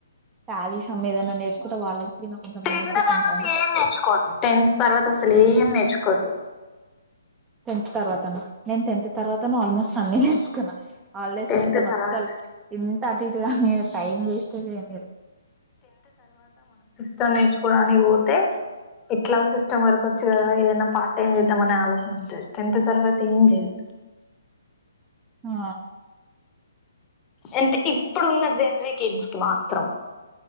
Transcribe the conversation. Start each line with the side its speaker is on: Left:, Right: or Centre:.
Right: టాలీస్ అమ్ ఏదన్నా నేర్చుకుంటే వాళ్ళకి దీని కొంచెం
Left: టెన్త్
Right: బెనిఫిట్
Left: తర్వాత
Right: ఉంటాయి
Left: ఏం నేర్చుకోద్దు టెన్త్ తర్వాత అసలు ఏం నేర్చుకోవద్దు
Right: టెన్త్ తర్వాతన నేను టెన్త్ తర్వాత ఆల్మోస్ట్ అన్ని ఇయర్స్కున్నా హాలిడేస్
Left: టెన్త్
Right: మొత్తం
Left: తర్వాత
Right: అస్సలు ఇంత అటుటుగా న టైం వేస్ట్ చేయరు
Left: సిం నేర్చుకోవడానికి పోతే ఇట్లా సిస్టమ్ వరకు వచ్చు కదా ఏదైనా పార్ట్ టైం చేద్దామనే ఆలోచన వచ్చంది టెన్త్ తర్వాత ఏం చేయద్దు
Right: ఆ
Left: అంటే ఇప్పుడున్న జెంజికిడ్స్ మాత్రం